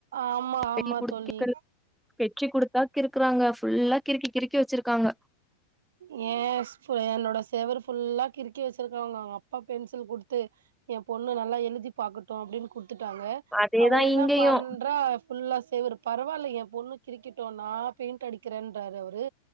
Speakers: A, on the right (about 60°); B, in the centre.
A: ஆமா ஆமா
B: பெரிய புடுக்கி
A: தோழி
B: <inaudible> கெச்சு குடுத்தா கிறுக்குறாங்க ஃபுல்லா கிறுக்கி கிறுக்கி வச்சிருக்காங்க
A: யேஸ் என்னோட செவுரு ஃபுல்லா கிறுக்கி வச்சிருக்காங்க அவங்க அப்பா பென்சில் குடுத்து என் பொண்ணு நல்லா எழுதி பாக்கட்டு அப்டின் குத்துட்டாங்க
B: அதேதா
A: அவ என்ன
B: இங்கயு
A: பண்றா ஃபுல்லா செவுரு பரவால்ல என் பொண்ணு கிறிக்கிட்டோ நா பெயிண்ட் அடிக்கிறேன்பாரு அவுரு